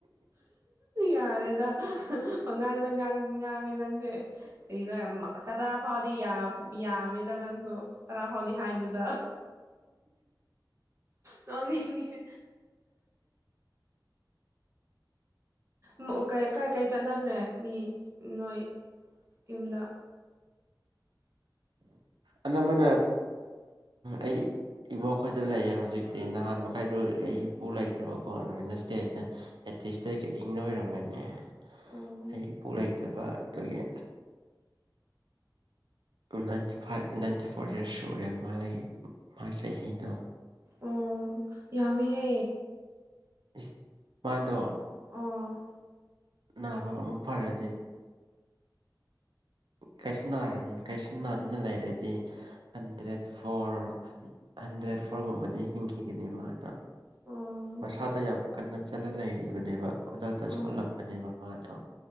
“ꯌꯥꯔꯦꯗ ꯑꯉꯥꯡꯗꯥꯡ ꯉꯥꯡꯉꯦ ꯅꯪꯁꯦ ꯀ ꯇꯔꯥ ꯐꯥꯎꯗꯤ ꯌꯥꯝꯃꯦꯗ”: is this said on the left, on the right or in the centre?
Right